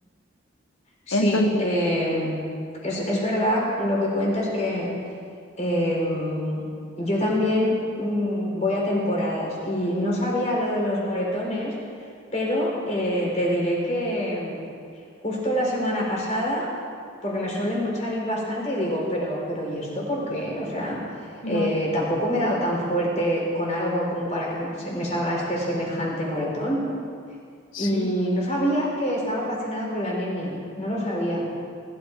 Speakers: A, on the left (about 35°); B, on the left (about 85°).
A: Sí,
B: Entonces,
A: em, es, es verdad lo que cuentas que Em, yo también mm, voy a temporadas y no sabía lo de los moretones, pero eh, te diré que justo la semana pasada, porque me suelen salir bastante y digo, pero, pero ¿y esto por qué? O sea,
B: Claro,
A: eh, tampoco me he dado tan fuerte con algo como para que me, se- me salga este semejante moretón.
B: sí.
A: Y no sabía que estaba relacionado con la anemia, no lo sabía.